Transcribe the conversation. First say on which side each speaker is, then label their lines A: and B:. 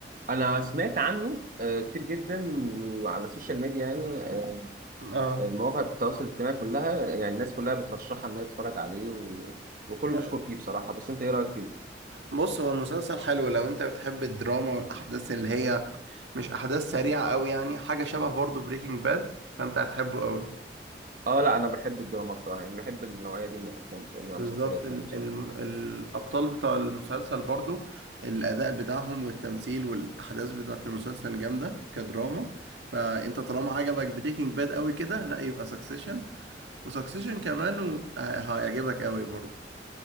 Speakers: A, on the right; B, on the right.
A: انا سمعت عنه آه، كتير جدا وعلى السوشيال ميديا يعني آه،
B: اه
A: آه، مواقع التواصل الاجتماعي كلها يعني الناس كلها بترشحها انها تتفرج عليه و... وكله
B: حلو.
A: بيشكر فيه بصراحة بس انت ايه رأيك فيه؟
B: بص هو المسلسل حلو لو انت بتحب الدراما والاحداث اللي هي مش احداث سريعة قوي يعني حاجة شبه برضو بريكنج باد فانت هتحبه قوي
A: اه لا انا بحب الدراما بصراحة يعني بحب النوعية دي من الافلام بصراحة- من
B: بالظبط
A: المسلسلات
B: ال-
A: يعني بصراحة
B: الم- الأبطال بتاع المسلسل برضو الأداء بتاعهم والتمثيل والأحداث بتاعة المسلسل جامدة كدراما فأنت طالما عجبك بريكنج باد قوي كده لا يبقى سكسيشن وسكسيشن كمان و- ه- هيعجبك قوي برضو